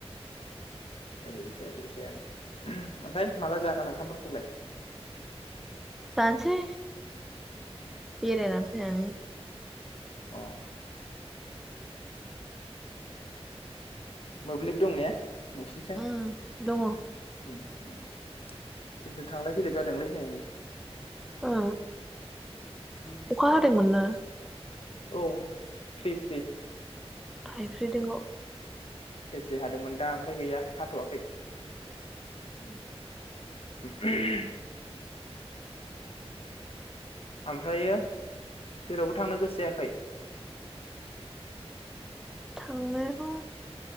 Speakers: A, on the left; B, in the centre.
A: ओरैबो जाया ओरैबो जायानो। ओम ओमफ्राय माला जागोन ओंखामफोरखौलाय?
B: जानोसै बेरायना फैनानै
A: अ
B: <unintelligible>
A: मोब्लिब दं ने? मिसिबनोसै
B: उम दङ
A: आं। जोंनिजों थांलाय फैलाय जादोंलै ने?
B: ओ
A: <unintelligible>
B: अखा हादोंमोन ना
A: औ फ्रि फ्रि
B: थाइफ्रिदोंल'
A: फ्रि-फ्रि हादोंमोन दा ओमफ्राय गैया हाथ'वाखै।
B: उम <inaudible>
A: <unintelligible> ओमफ्रायो जेरावबो थांनो गोसो जायाखै?
B: थांनायखौ